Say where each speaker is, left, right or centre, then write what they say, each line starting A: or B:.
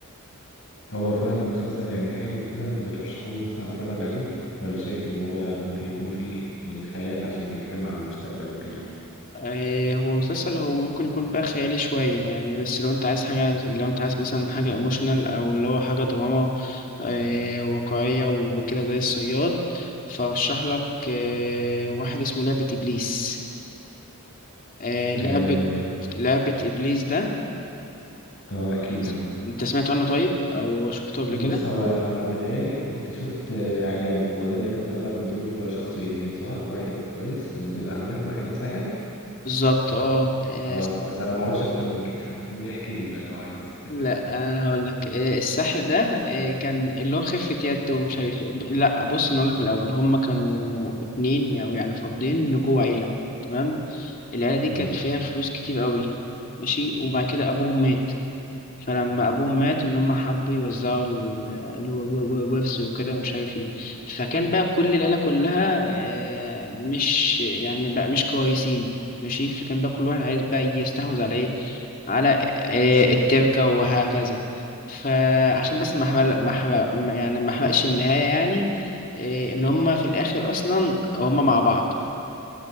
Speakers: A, on the left; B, on the left.
A: هو فعلا مسلسل يعني حلو كده انت بترشحه لي مثلا اتفرج عليه ولا شايف ان هو ممكن يكون فيه من خيال عشان بيتكلم عن المستقبل وكده
B: آه، هو مسلسل هو ممكن يكون بقى خيالي شوية يعني بس لو انت عايز حاجة لو انت عايز مثلا حاجة ايموشنال أو اللي هو حاجة دراما آه، واقعية وكده زي الصياد فأرشح لك آه، واحد اسمه لعبة إبليس آه
A: اه
B: لعبة لعبة إبليس ده
A: اه احكي
B: بس-
A: لي عنه
B: أنت سمعت عنه طيب أو شفته قبل
A: بص
B: كده؟
A: هو هو انا بتهيالي كنت شفت اعلانه هو ده اللي كان طالع بدور شخصيتين صح واحد كويس مدير اعمال وواحد ساحر
B: بالظبط اه آه،
A: اه
B: س-
A: بس انا ما اعرفش اكتر من كده <laughs> يعني احكي لي بقى لو عايز تحكي
B: لا أنا هقول لك آه، السحر ده آه، كان اللي هو خفة يد ومش عارف إيه. ب- لا بص أنا أقول لك من الأول هما كانوا اتنين أو يعني فردين جوه عيلة تمام العيلة دي
A: تمام
B: كانت فيها فلوس كتير قوي ماشي وبعد كده أبوهم مات فلما ابوهم مات ان هم حبوا يوزعوا ال- الو- الو- الورث وكده ومش عارف ايه فكان بقى كل العيله كلها آه، مش يعني بقى مش كويسين ماشي فكان بقى كل واحد عايز بقى يستحوذ على ايه على آه، التركه وهكذا فعشان بس ما احرق ما احرق ما- يعني ما احرقش النهايه يعني آه، ان هم في الاخر اصلا هم مع بعض